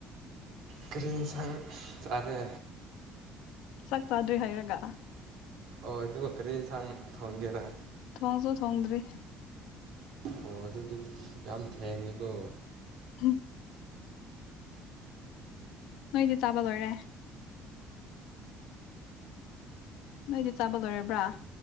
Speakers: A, on the right; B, on the left.
A: ꯀꯔꯤ ꯏꯟꯁꯥꯡ ꯆꯥꯔꯦ
B: ꯆꯥꯛ ꯆꯥꯗ꯭ꯔꯤ ꯍꯥꯏꯔꯒ
A: ꯑꯣ ꯑꯗꯨꯒ ꯀꯔꯤ ꯌꯦꯟꯁꯥꯡ ꯊꫭꯡꯒꯦꯔꯥ
B: ꯊꯣꯡꯁꯨ ꯊꯣꯡꯗ꯭ꯔꯤ
A: ꯑꯣ ꯑꯗꯨꯗꯤ ꯌꯥꯝ ꯊꯦꯡꯉꯦꯀꯣ
B: ꯍꯨꯝ ꯅꯣꯏꯗꯤ ꯆꯥꯕ ꯂꯣꯏꯔꯦ ꯅꯣꯏꯗꯤ ꯆꯥꯕ ꯂꯣꯏꯔꯕ꯭ꯔꯥ